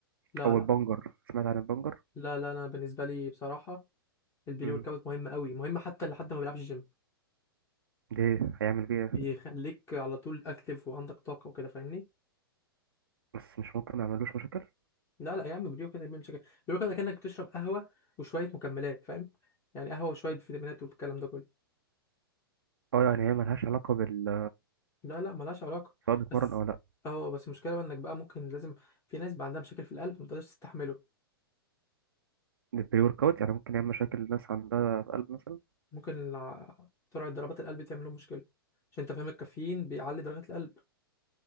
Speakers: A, on the left; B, on the right.
A: لا
B: او
A: لا
B: البنجر سمعت عن البنجر
A: لا لا انا بالنسبه لي بصراحه البري
B: امم
A: ورك اوت مهم قوي مهم حتى لحد ما بيلعبش جيم
B: ده إيه؟ هيعمل بيه ايه
A: بيخليك على طول اكتف وعندك طاقه وكده فاهمني
B: بس مش ممكن ما يعملوش مشاكل
A: لا لا يا عم بري ورك اوت مش كده بري ورك اوت كانك بتشرب قهوه وشويه مكملات فاهم يعني قهوه وشويه فيتامينات والكلام ده كله
B: اه يعني هي ملهاش علاقه بال
A: لا لا ملهاش علاقه
B: سواء بيتمرن
A: بس
B: او لا
A: اه بس المشكله بقى انك بقى ممكن لازم في ناس بقى عندها مشاكل في القلب ما تقدرش تستحمله
B: البري ورك اوت يعني ممكن يعمل مشاكل الناس عندها في قلب مثلا
A: ممكن ع- سرعه ضربات القلب تعمل لهم مشكله عشان انت فاهم الكافيين بيعلي ضربات القلب